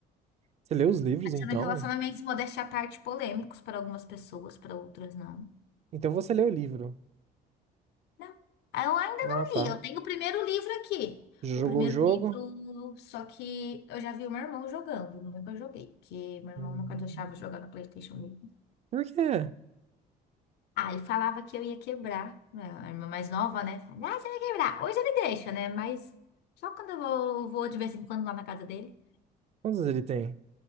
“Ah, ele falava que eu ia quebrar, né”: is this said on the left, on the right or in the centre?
Left